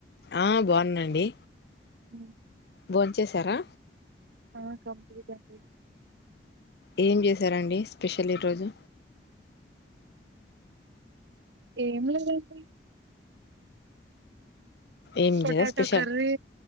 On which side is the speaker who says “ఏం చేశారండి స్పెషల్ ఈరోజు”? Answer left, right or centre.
Left